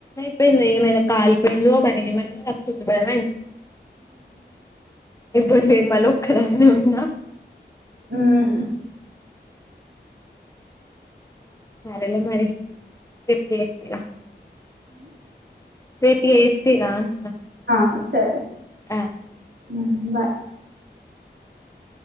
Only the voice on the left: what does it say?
ఎంది ఏమైనా కాలిపోయింది మరి ఏమైనా నచ్చింది బయమైంది ఎబరు లేరు మళ్ళ ఒక్కరన్న ఉన్నా
సరళ మరి పెప్ప ఎ రేప్ ఎస్తిగా అంటన
ఆ